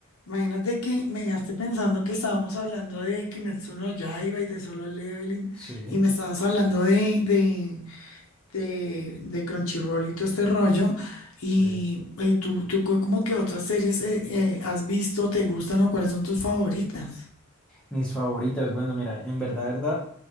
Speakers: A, on the left; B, in the centre.
A: Imagínate que me dejaste pensando que estábamos hablando de Kimetsu no Yaiba y de Solo Leveling
B: Sí,
A: y me estabas hablando de, de, de, de Crunchyroll y todo este rollo. Y,
B: sí.
A: eh, tú, tú cu- como que otras series eh, eh, has visto, te gustan o cuáles son tus favoritas.
B: Mis favoritas, bueno, mira, en verdad, verdad,